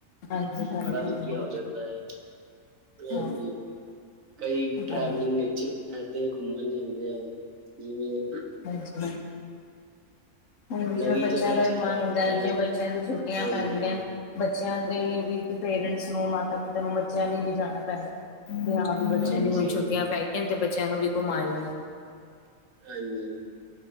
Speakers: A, on the left (about 65°); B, on the right (about 70°).
A: ਹਾਂਜੀ ਹਾਂਜੀ ਹਾਂਜੀ
B: ਬੜਾ ਵਧੀਆ ਹੋ ਜਾਂਦਾ ਹੈ ਹਾਂਜੀ
A: ਹਾਂ
B: ਕਈ ਟਰੈਵਲਿੰਗ
A: ਹਾਂਜੀ
B: ਵਿੱਚ ਇਏਦਾਂ ਹੀ ਘੁੰਮਣ ਜਾਂਦੇ ਆ ਜਿਵੇਂ
A: ਅੱਛਾ ਹੁਣ ਜਿਵੇਂ
B: ਨਵੀਂ
A: ਬੱਚਿਆਂ
B: ਜਗ੍ਹਾ
A: ਦਾ
B: 'ਚ
A: ਵੀ
B: ਜਾ
A: ਮਨ ਹੁੰਦਾ
B: ਕੇ
A: ਹੈ ਜਿਵੇਂ ਬੱਚਿਆਂ ਦੀ ਛੁੱਟੀਆਂ
B: ਹਾਂਜੀ,
A: ਪੈਂਦੀਆਂ ਹਨ ਬੱਚਿਆਂ ਲਈ ਵੀ ਪੇਰੈਂਟਸ ਨੂੰ ਮਾਤਾ ਪਿਤਾ ਨੂੰ ਬੱਚਿਆਂ ਲਈ ਵੀ ਜਾਣਾ ਪੈਂਦਾ ਬੱਚਿਆਂ
B: ਹਾਂਜੀ,
A: ਦੀ ਹੁਣ ਛੁੱਟੀਆਂ ਪੈ ਗਈਆਂ ਤੇ ਬੱਚਿਆਂ ਨੂੰ ਵੀ ਘੁਮਾ ਲਈਏ
B: ਹਾਂਜੀ